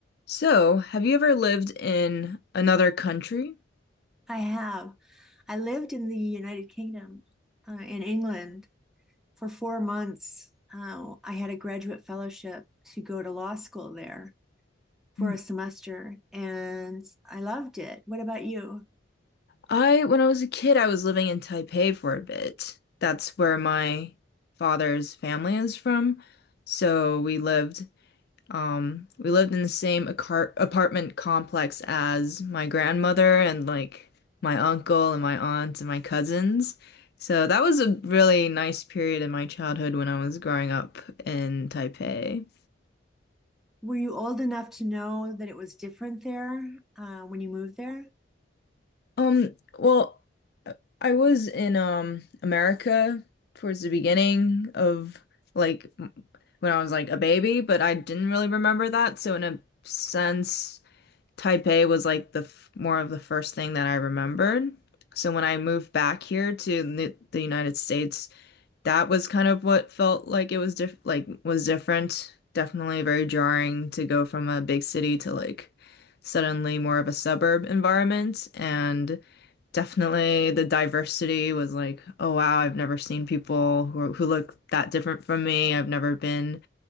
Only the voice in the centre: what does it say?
I have. I lived in the United Kingdom, uh, in England for four months. Uh, I had a graduate fellowship to go to law school there for
a semester, and I loved it. What about you?
Were you old enough to know that it was different there, uh, when you moved there?